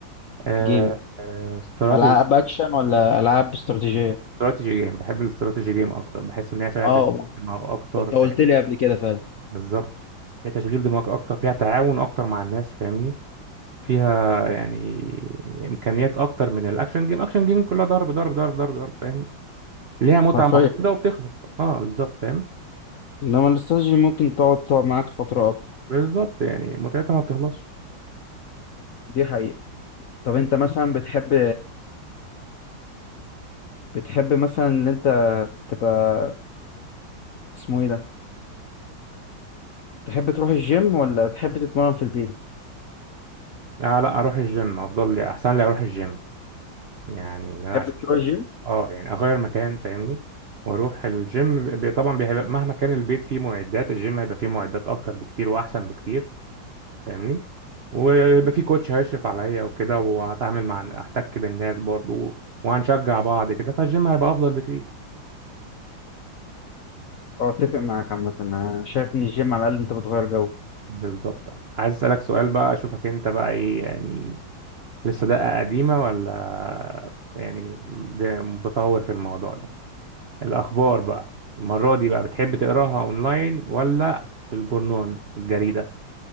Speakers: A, on the right (about 65°); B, on the left (about 70°).
A: أه...
B: جيم
A: أه... استراتيجي
B: العاب اكشن ولا العاب استراتيجيه
A: استراتيجي جيم بحب الاستراتيجي جيم اكتر بحس ان هي فيها
B: اه
A: تشغيل دماغ اكتر
B: انت
A: فاهم
B: قلت لي قبل كده فعلا
A: بالظبط فيها تشغيل دماغ اكتر فيها تعاون اكتر مع الناس فاهمني فيها يعني امكانيات اكتر من الاكشن جيم اكشن جيم كلها ضرب ضرب ضرب ضرب ضرب فاهم ليها متعه
B: حرفيا
A: محدوده وبتخلص اه بالظبط فاهم
B: انما الاستراتيجي ممكن تقعد تقعد معاك فتره اكتر
A: بالظبط يعني متعتها ما بتخلصش
B: دي حقيقه طب انت مثلا بتحب بتحب مثلا ان انت تبقى اسمه ايه ده تحب تروح الجيم ولا تحب تتمرن في البيت
A: آه لا اروح الجيم افضل لي احسن لي اروح الجيم يعني ان انا
B: تحب
A: عشان
B: تروح الجيم
A: اه يعني اغير مكان فاهمني واروح الجيم بي- طبعا بيبقى مهما كان البيت فيه معدات الجيم هيبقى فيه معدات اكتر بكتير واحسن بكتير فاهمني ويبقى فيه كوتش هيشرف عليا وكده وهتعامل مع احتك بالناس برضو وهنشجع بعض كده فالجيم هيبقى افضل بكتير
B: اه اتفق معاك عامه انا شايف ان الجيم على الاقل انت بتغير جو
A: بالظبط عايز اسالك سؤال بقى اشوفك انت بقى ايه يعني لسه دقة قديمة ولا يعني ده متطور في الموضوع ده الأخبار بقى المرة دي بقى بتحب تقراها أونلاين ولا في الجورنال الجريدة